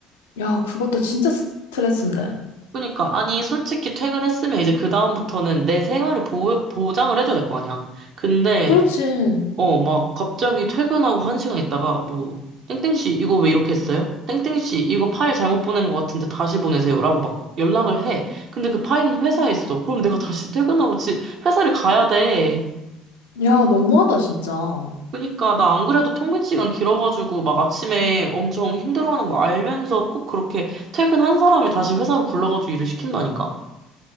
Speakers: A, on the left; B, on the right.
A: 야, 그것도 진짜 스트레스인데.
B: 그러니까, 아니, 솔직히 퇴근했으면 이제 그다음부터는 내 생활을 보, 보장을 해줘야 될 거 아니야. 근데
A: 그렇지.
B: 어, 막 갑자기 퇴근하고 한 시간 있다가 뭐 땡땡씨 이거 왜 이렇게 했어요? 땡땡씨 이거 파일 잘못 보낸 것 같은데 다시 보내세요라고 막 연락을 해. 근데 그 파일은 회사에 있어. 그럼 내가 다시 퇴근하고 지, 회사를 가야 돼.
A: 야, 너무하다, 진짜.
B: 그러니까 나 안 그래도 통근 시간 길어가지고 막 아침에 엄청 힘들어하는 거 알면서 꼭 그렇게 퇴근한 사람을 다시 회사로 불러가지고 일을 시킨다니까?